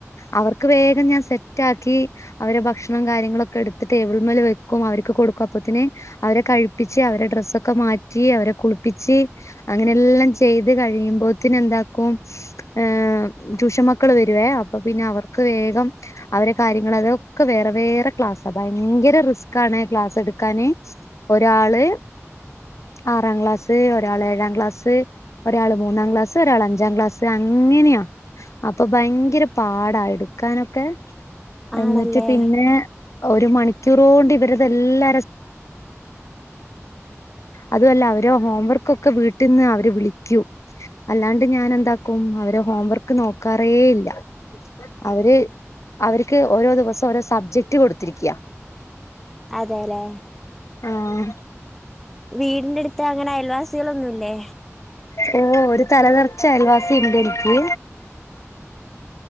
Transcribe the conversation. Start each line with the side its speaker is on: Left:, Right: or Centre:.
Left: അവർക്ക് വേഗം ഞാൻ സെറ്റ ആാക്കി അവടെ ഭക്ഷണം കാര്യങ്ങളൊക്കെ എടുത്ത് ടേബിൾ മേല് വെക്കും അവർക്ക് കൊടുക്കും അപോത്തിനെ അവരെ കഴ ച്ച് അവരെ ഡ്രസ്സൊക്കെ മാറ്റി അവരെ കുളിപ്പിച്ച് അങ്ങനെല്ലാം ചെയ്ത് കഴിയുമ്പോതിന് എന്താ കും ഏ ട്യൂഷൻ മക്കളെവരും അപ്പൊ പിന്നെ അവര്ക് വേഗം അവരെ കാര്യം ങ്ങൾ ദ് ഓക്കേ വേറെ വേറെ ക്‌ളാസ ഭയങ്കര റിസ്ക്കാൻ ക്‌ളാസ്സെടകൻ ഒറ്റ ഒരാള് ആറാം ക്ലാസ്സ് ഒരാള് ഏഴാം ക്ലാസ് ഒരാൾ മൂന്നാം ക്ലാസ് ഒരാൾ അഞ്ചാം ക്ലാസ് അങ്ങനെയാ അപ്പൊ ഭയങ്കര പാടായിടു കാനൊക്കെ എന്നിട്ട്
Centre: ആണല്ലേ
Left: പിന്നെ ഒരു മണിക്കൂർു കൊണ്ട് ഇവരത എല്ലാര
Centre: ഉ <unintelligible>
Left: അതുമല്ല അവര ഹോംവർക്കൊക്കെ വീട്ടിൽന്ന് അവര് വിളിക്കൂ അല്ലാണ്ട് ഞാാന എന്താക്കും അവരെ ഹോംവർക്ക് നോക്കാറേ ഇല്ല അവര് അവർക്ക് ഓരോ ദിവസം ഓരോ സബ്ജക്ട് കൊടുത്തിരിക്കയാ
Centre: അതെല്ലേ
Left: ആഹ
Centre: വീടിന്റെ അടുത്ത് അങ്ങനെ അയൽവാസികളൊന്നുമല്ലേ
Left: ഓ ഒരു തലതറച്ച അയൽവാസിുണ്ട് എനിക്ക്